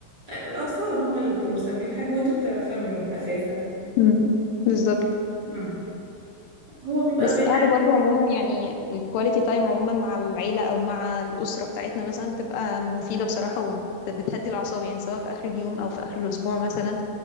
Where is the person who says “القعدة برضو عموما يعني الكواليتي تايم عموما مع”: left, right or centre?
Left